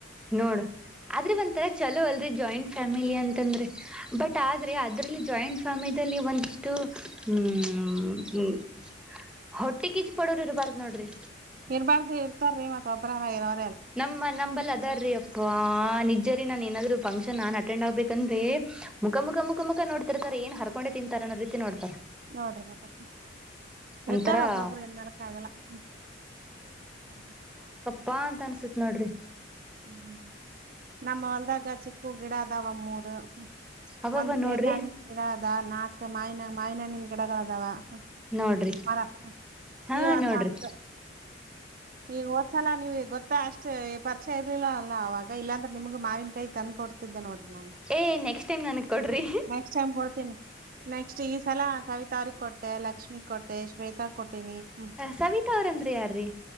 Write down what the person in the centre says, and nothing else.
ನೋಡ ಆದ್ರೆ ಒಂಥರ ಚಲೋ ಅಲ್ರಿ ಜಾಯಿಂಟ್ ಫ್ಯಾಮಿಲಿ ಅಂತಂದ್ರ ಬಟ್ ಆದ. ಅದ್ರಲ್ಲಿ ಜಾಯಿಂಟ್ ಫ್ಯಾಮಿಲಿಲ್ಲಿ ಒಂದಿಷ್ಟು ಹ್ಮ್ ಹೊಟ್ಟೆಗೀಚ ಪಡೋರು ಇರಬಾರ್ದ್ ನೋಡ್ರಿ.
ನಮ್ಮ ನಂಬಲ್ಲದ. ರಿ ಅಪ್ಪ. ಹ ನಿಜರಿ ನಾನೇನಾದ್ರೂ. ಫಂಕ್ಷನ್ನನ್ ಅಟೆಂಡ್ ಆಗ್ಬೇಕಂದ್ರೆ ಮುಖ ಮುಖ ಮುಖ ಮುಖ ನೋಡ್ತಿರ್ತಾರೆ ಏನ್ ಹರ್ಕೊಂಡೆ ತಿಂತಾರೆ ಅನ್ನೋ ರೀತಿ ನೋಡ್ತಾರ
ಒಂಥರಾ
ಪಾ ತನಸ. ಸತ್ ನೋಡ್ರಿ.
ಅವಬ್ಬ
ನೋಡ್ರಿ
ನೋಡ್ರಿ
ಹಾ
ನೋಡ್ರಿ
ಏ ನೆಕ್ಸ್ಟ್ ಟೈಮ್ ನನಗ್ ಕೊಡ್ರಿ
ಸವಿತಾ ಅವ್ರಂದ್ರಿ ಯಾರ್ರೀ